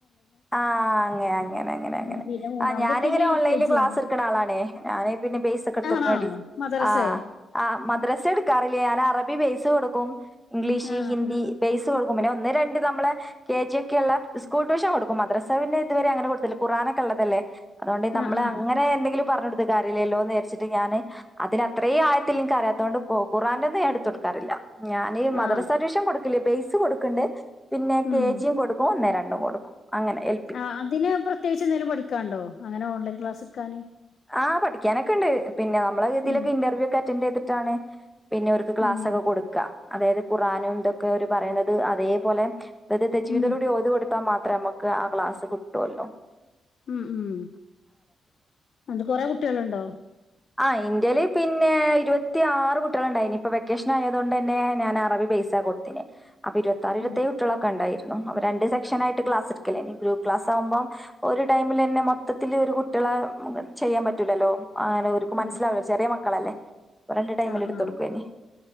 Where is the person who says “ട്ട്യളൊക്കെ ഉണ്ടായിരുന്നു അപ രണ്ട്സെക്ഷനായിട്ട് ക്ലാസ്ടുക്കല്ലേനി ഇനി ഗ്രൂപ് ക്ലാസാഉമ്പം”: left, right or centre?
Centre